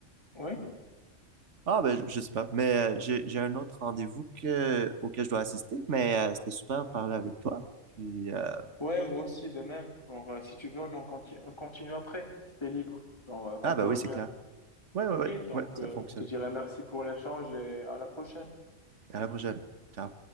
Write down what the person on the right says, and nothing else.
ouais. ah, ben, je je sais pas. Mais euh, j'ai, j'ai un autre rendez-vous que, auquel je dois assister, mais euh, c'était super de parler avec toi. Puis, euh,
ah,
ben
oui, c'est clair. Ouais, ouais,
ouais,
ouais, ça
fonctionne.
À la prochaine. Ciao.